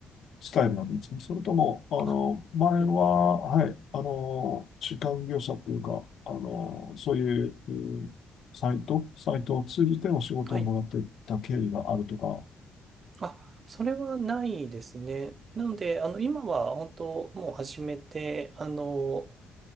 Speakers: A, on the left; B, on the right.
A: スタイルなんですかそれとも、あの、
B: あ、
A: 前は、
B: はい。
A: はい、あの、中間業者というか、あの、そういう、うんサイト、サイトを通じてお仕事をもらっていった経緯があるとか、
B: はい。あ、それはないですね。なので、あの、今は本当もう始めて、あの、